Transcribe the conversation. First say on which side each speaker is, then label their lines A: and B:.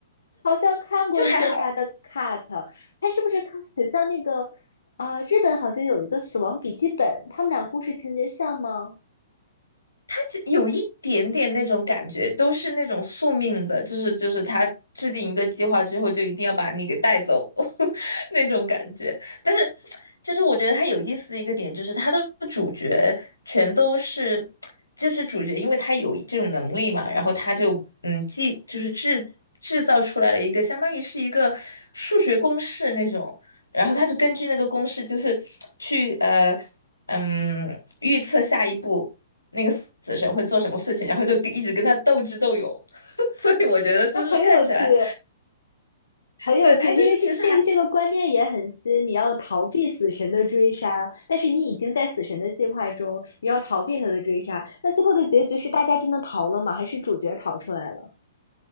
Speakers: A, on the left (about 65°); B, on the left (about 80°).
A: 好像看过一些他的
B: 就还好。
A: cut，他是不是看很像那个啊、呃日本好像有一个《死亡笔记本》，他们俩故事情节像吗？
B: 它其有一点点那种感觉，都是那种宿命的，就是就是他制定一个计划之后，就一定要把你给带走 <laughs> 那种感觉。但是，就是我觉得它有意思的一个点，就是它的主角全都是，就是主角，因为他有这种能力嘛，然后他就嗯，既就是制制造出来了一个相当于是一个数学公式那种，然后他就根据那个公式，就是去呃嗯预测下一步。那个死死神会做什么事情，然后就跟一直跟他斗智斗勇。<laughs> 所以我觉得就是看起来，
A: 那很有趣，很有趣，
B: 对，他就是其实还
A: 因为这这个这个观念也很新。你要逃避死神的追杀，但是你已经在死神的计划中，你要逃避他的追杀。那最后的结局是大家真的逃了吗？还是主角逃出来了？